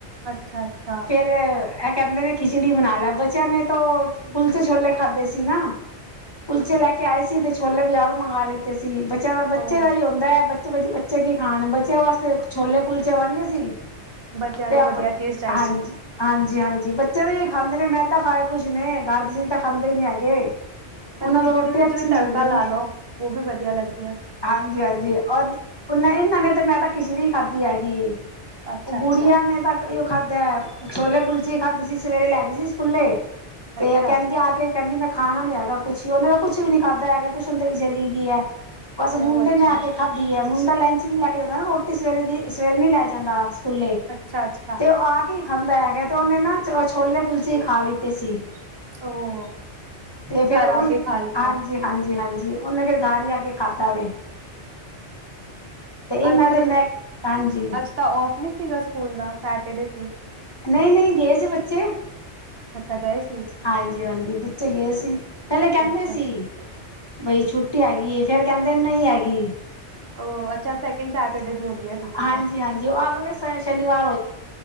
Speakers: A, on the right; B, on the left.
A: ਅੱਛਾ, ਅੱਛਾ।
B: ਫਿਰ, ਇਹ ਕਹਿੰਦੇ ਨੇ ਖਿਚੜੀ ਬਣਾ ਲਿਆ। ਬੱਚਿਆਂ ਨੇ ਤਾਂ ਕੁਲਚੇ ਛੋਲੇ ਖਾਧੇ ਸੀ ਨਾ। ਕੁਲਚੇ ਲੈ ਕੇ ਆਏ ਸੀ ਤੇ ਛੋਲੇ ਬਜਾਰੋਂ ਮੰਗਵਾ ਲਿੱਤੇ ਸੀ। ਚੇਆਂ ਦਾ ਬੱਚੇ
A: ਉਹ
B: ਦਾ ਈ ਹੁੰਦੈ। ਬੱਚੇ, ਬੱਚੇ, ਬੱਚੇ ਕੀ ਖਾਣ। ਬੱਚੇਆਂ ਵਾਸਤੇ ਛੋਲੇ ਕੁਲਚੇ ਬਣਗੇ ਸੀ।
A: ਬੱਚਿਆਂ
B: ਤੇ
A: ਨੂੰ
B: ਆਪਨ
A: ਵਧੀਆ ਚੀਜ਼ ਚਾਹੀਦੀ
B: ਹਾਂਜੀ। ਹਾਂਜੀ-ਹਾਂਜੀ ਬੱਚੇ ਵੀ ਖਾਂਦੇ ਨੇ। ਮੈਦਾ ਖਾ ਕੇ ਖੁਸ਼ ਨੇ। ਘਰ ਦੀ ਚੀਜ਼ ਤਾਂ ਖਾਂਦੇ ਈ ਨੀ ਹੈਗੇ।
A: ਪਰ
B: ਓਨਾਂ
A: ਖਿਚੜੀ
B: ਦੇ ਰੋਟੀ
A: ਵਿੱਚ
B: ਅੱਛੀ
A: ਵੀ
B: ਨੀ
A: ਤੜਕਾ
B: ਲੱਗਦੀ
A: ਲਾ
B: ਜੀ।
A: ਲਓ ਉਹ ਵੀ ਵਧੀਆ ਲੱਗਦੀਆਂ।
B: ਹਾਂਜੀ-ਹਾਂਜੀ ਅਧ ਪ ਨਈ ਏਨਾਂ ਨੇ ਤੇ ਮੈਂ ਤਾਂ ਖਿਚੜੀ ਖਾਧੀ ਹੈਗੀ ਏ।
A: ਅੱਛਾ
B: ਓ ਗੁੜੀਆਂ
A: ਅੱਛਾ
B: ਨੇ ਤਾਂ ਏਯੋ ਖਾਧੈ ਛੋਲੇ ਕੁਲਚੇ ਖਾਧੇ ਸੀ ਸਵੇਰੇ ਲੈਗੀ ਸੀ ਸਕੂਲੇ। ਤੇ
A: ਅੱਛਾ
B: ਓ ਕੈਂਦੇ ਆ ਕੇ ਕੈਂਦੀ ਮੈਂ ਖਾਣਾ ਨੀ ਹੈਗਾ ਕੁਛ। ਓਨੇ ਤਾਂ ਕੁਛ ਵੀ ਨੀ ਖਾਧਾ ਹੈਗੈ। ਟਿਊਸ਼ਨ ਤੇ ਵੀ ਚਲੀਗੀ ਐ। ਬਸ ਮੁੰਡੇ
A: ਉਹ ਅੱਛਾ
B: ਨੇ ਆ ਕੇ ਖਾਧੀ ਐ। ਮੁੰਡਾ ਲੰਚ ਨੀ ਲੈ ਕੇ ਜਾਂਦਾ ਨਾ ਰੋਟੀ ਸਵੇਰੇ ਦੀ, ਸਵੇਰੇ ਨੀ ਲੈ ਜਾਂਦਾ ਕੁੱਲੇ
A: ਅੱਛਾ ਅੱਛਾ
B: ਤੇ ਓ ਆ ਕੇ ਈ ਖਾਂਦਾ ਹੈਗੈ ਤੇ ਓਨੇ ਨਾ ਚੋ ਛੋਲੇ ਕੁਲਚੇ ਈ ਖਾ ਲਿੱਤੇ ਸੀ।
A: ਉਹ
B: ਤੇ ਫੇਰ
A: ਘਰ
B: ਓਨ,
A: ਆ ਕੇ ਖਾ ਲਿੱਤਾ
B: ਹਾਂਜੀ ਹਾਂਜੀ-ਹਾਂਜੀ ਓਨੇ ਫੇਰ ਗਾਰ ਈ ਆ ਕੇ ਖਾਧਾ ਵੇ। ਤੇ ਇਹਨਾਂ
A: ਅੱਜ ਤਲ,
B: ਦੇ ਮੈਂ ਹਾਂਜੀ
A: ਅੱਜ ਤਾਂ ਔਫ ਨੀ ਸੀਗਾ ਸਕੂਲ ਦਾ ਸੈਟਰਡੇ ਸੀ।
B: ਨਈ-ਨਈ ਗਏ ਸੀ ਬੱਚੇ।
A: ਅੱਛਾ ਗਏ ਸੀ
B: ਹਾਂਜੀ-ਹਾਂਜੀ ਬੱਚੇ ਗਏ ਸੀ। ਪੈਲੇ ਕੈਂਦੇ
A: ਅੱਛਾ
B: ਸੀ ਬਈ ਛੁੱਟੀ ਹੈਗੀ ਏ, ਫੇਰ ਕੈਂਦੇ ਨਈ ਹੈਗੀ।
A: ਓ ਅੱ ਛਾ, ਸੈਕਿੰਡ ਸੈਚਰਡੇ ਦੀ ਹੁੰਦੀ ਏ ਛੁੱਟੀ
B: ਹਾਂਜੀ
A: ਤਾਂ।
B: ਹਾਂਜੀ ਉਹ ਅਗਲੇ ਸ਼ਨੀਵਾਰ